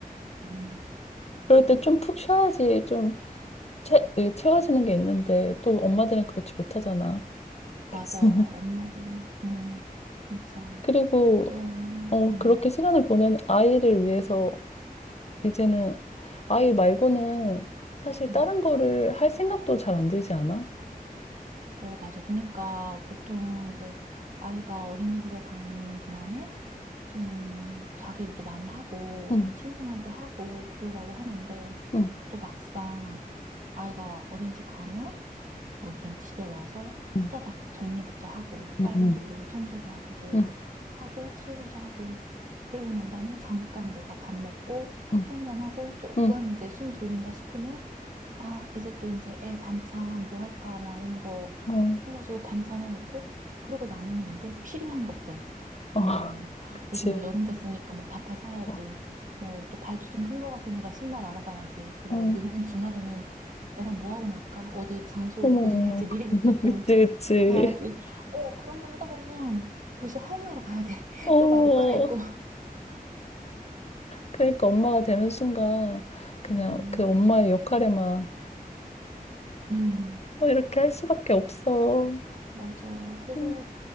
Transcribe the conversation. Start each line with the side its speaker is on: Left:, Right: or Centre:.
Right: 음.
Left: 그럴 때 좀 푹 쉬어야지. 좀 채, 이 채워지는 게 있는데 또 엄마들은 그렇지 못하잖아.
Right: 맞아,
Left: <laughs>
Right: 엄마들이. 어, 진짜.
Left: 그리고
Right: 왜,
Left: 어,
Right: 음.
Left: 그렇게 시간을 보내는 아이를 위해서 이제는 아이 말고는 사실
Right: 음.
Left: 다른 거를 할 생각도 잘 안 들지 않아?
Right: 어, 맞아. 그러니까 보통 이제 아이가 어린이집에 간 동안에 좀 자기 일도 많이 하고
Left: 응,
Right: 뭐 취미생활도 하고 그러라고 하는데
Left: 응,
Right: 또 막상 아이가 어린이집 가면 뭐 일단 집에 와서
Left: 응,
Right: 후다닥 정리부터 하고
Left: 응,
Right: 빨래
Left: 응,
Right: 돌리고 청소기 하고 뭐
Left: 응,
Right: 하고 설거지 하고 그리고 난 다음에 잠깐 내가 밥 먹고 커피
Left: 응,
Right: 한잔 하고 조금
Left: 응,
Right: 이제 숨 돌린다 싶으면 아, 이제 또 이제 애 반찬 뭐 할까 막 이런 거
Left: 응,
Right: 해가지고 반찬 해놓고 그러고 나면은 이제 필요한 것들
Left: 어, 어,
Right: 뭐
Left: <laughs> 그치.
Right: 이제 뭐 여름 됐으니까 뭐 반팔 사야지
Left: 어,
Right: 뭐 또 발도 좀 큰 거 같으니까 신발 알아봐야지 그
Left: 어,
Right: 뭐 요번 주말에는 애랑 뭐 하고 놀까 어디 장소
Left: 어머.
Right: <laughs> 어디 갈지 미리부터
Left: <laughs>
Right: 좀
Left: 그치, 그치.
Right: 찾아놔야지 어 그런 거 하다 보면 벌써 하원하러 가야 돼 <laughs>
Left: 어,
Right: 또 막 옷 갈아입고
Left: 그러니까 엄마가 되는 순간 그냥
Right: 음
Left: 그 엄마의 역할에만
Right: 음.
Left: 어, 이렇게 할 수밖에 없어.
Right: 맞아. 그래서
Left: 음,